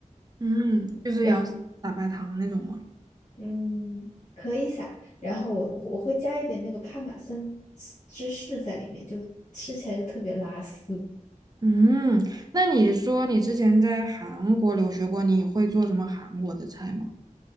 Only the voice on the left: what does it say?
然后嗯可以撒。然后我我我会加一点那个帕玛森芝士在里面，就吃起来就特别拉丝。